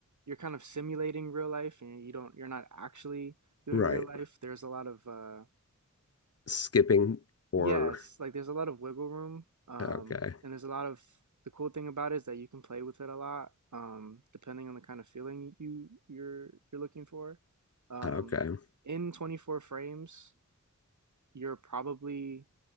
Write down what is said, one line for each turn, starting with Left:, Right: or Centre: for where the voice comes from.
Right: you're kind of simulating real life and you don't you're not actually doing
Left: Right.
Right: real life there's a lot of uh
Left: Skipping or
Right: yes like there's a lot of wiggle room um
Left: okay.
Right: and there's a lot of the cool thing about it is that you can play with it a lot um depending on the kind of feeling you you're you're looking for um
Left: Okay.
Right: in 24 frames you're probably